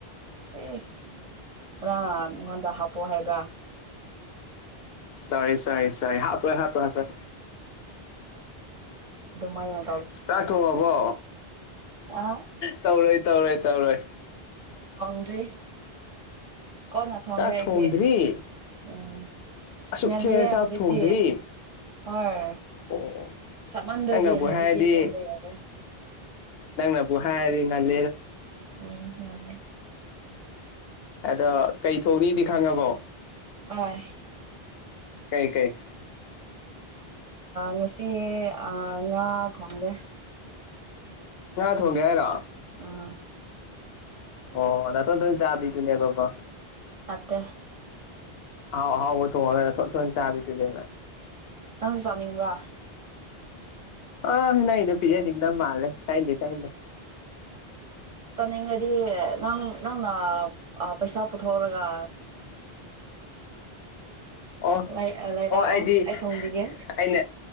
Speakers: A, on the right; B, on the left.
A: ꯑꯦ ꯑ ꯅꯉꯣꯟꯗ ꯍꯥꯞꯄꯣ ꯍꯥꯏꯕ꯭ꯔꯥ
B: ꯁꯔꯤ ꯁꯔꯤ ꯁꯔꯤ ꯍꯥꯄꯣꯏ ꯍꯥꯄ ꯍꯥꯣꯏ
A: ꯑꯗꯨꯃꯥꯏ
B: ꯆꯥꯛꯊꯣꯡꯉꯕꯣ
A: ꯑ
B: ꯇꯧꯔꯣꯏ ꯇꯧꯔꯣꯏ ꯇꯧꯔꯣꯏ
A: ꯊꯣꯡ꯭ꯔꯤ ꯀꯅꯥ ꯊꯣꯡꯦ
B: ꯆꯥꯛ
A: ꯑꯩꯗꯤ
B: ꯊꯣꯡꯗ꯭ꯔꯤ
A: ꯎꯝ
B: ꯑꯁꯨꯛ
A: ꯉꯜꯂꯤꯌꯦ
B: ꯊꯦꯡꯉ ꯆꯥꯛ
A: ꯍꯧꯖꯤꯛꯇꯤ
B: ꯊꯣꯡꯗ꯭ꯔꯤ
A: ꯍꯣꯏ
B: ꯑꯣ
A: ꯆꯞꯃꯟꯕꯒꯤ
B: ꯅꯪꯅꯒ
A: ꯍꯧꯖꯤꯛꯇꯤ
B: ꯍꯥꯏꯗꯤ
A: ꯊꯣꯡꯕ ꯌꯥꯗꯦ
B: ꯅꯪꯅ ꯄꯨ ꯍꯥ ꯂꯩꯦꯗ
A: ꯎꯝ ꯌꯥꯗꯦ
B: ꯑꯗ ꯀꯩ ꯊꯣꯛꯅꯤꯗꯤ ꯈꯪꯉꯕꯣ
A: ꯍꯣꯏ
B: ꯀꯩ ꯀꯩ
A: ꯉꯁꯤ ꯉꯥ ꯊꯣꯡꯒꯦ
B: ꯉ ꯊꯒꯦꯔꯥ
A: ꯑꯣ
B: ꯑꯣ ꯅꯊ ꯇ ꯆꯥ ꯊꯅ ꯀꯕꯣ
A: ꯑꯠꯇ
B: ꯍꯥꯎ ꯍꯥꯎ ꯑꯣ ꯊ ꯍ ꯊ ꯊ ꯆꯕꯤ ꯇꯗꯦ
A: ꯑꯖꯥꯅꯤꯡꯕ꯭ꯔꯥ
B: ꯑ ꯅ ꯅꯨꯄꯤꯖꯦꯗꯤꯗꯝ ꯃꯥꯂꯦ ꯆꯥꯏꯗꯦ ꯆꯗꯦ
A: ꯆꯥꯅꯤꯡꯉꯗꯤ ꯅꯪ ꯅꯪꯅ ꯄꯩꯁꯥ ꯄꯨꯊꯣꯛꯔꯒ
B: ꯑꯣ
A: ꯂꯩ ꯂꯩꯔꯛꯑꯣ
B: ꯑꯣ ꯑꯩꯗꯤ
A: ꯑꯩ ꯊꯣꯡꯕꯤꯒꯦ
B: ꯑꯩꯅ